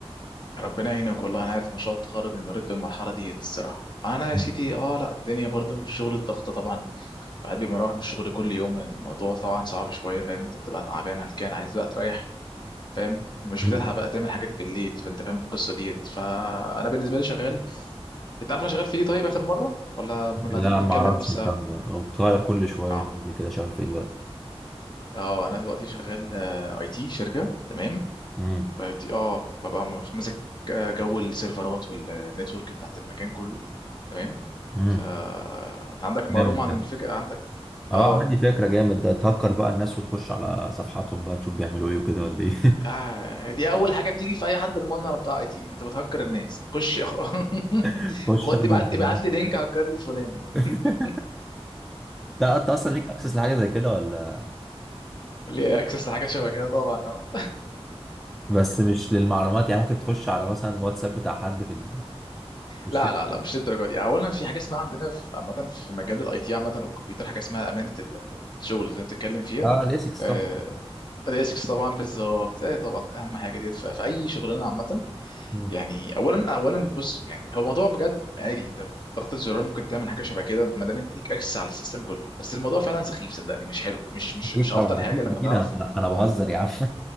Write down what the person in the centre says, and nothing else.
<laughs> مم.
مم.
لا
ما اعرفش
انت بتغير كل شويه
تقول لي كده شغال في ايه دلوقتي
امم
امم
جامد
ده
اه
عندي فكره جامد ده تهكر بقى الناس وتخش على صفحاتهم بقى تشوف بيعملوا ايه وكده ولا ايه
<laughs> تخش
تاخد
المعلومات.
<laughs>
انت أنت اصلا ليك اكسس لحاجه زي كده ولا
بس مش للمعلومات يعني ممكن تخش على مثلا الواتساب بتاع حد في ال... في الشركة
اه ليسكس
طبعا
مم.
اكيد
طبعا
اكيد
اكيد
انا انا بهزر يا عم